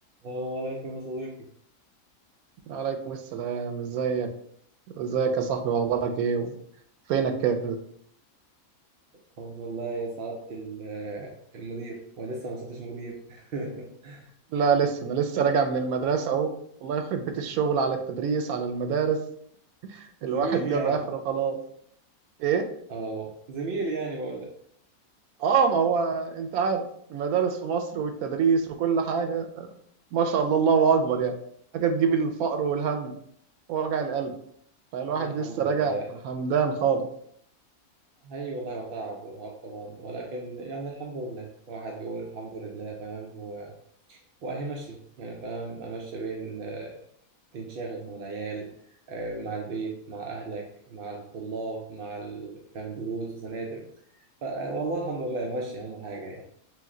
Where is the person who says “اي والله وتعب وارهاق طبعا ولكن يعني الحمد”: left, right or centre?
Right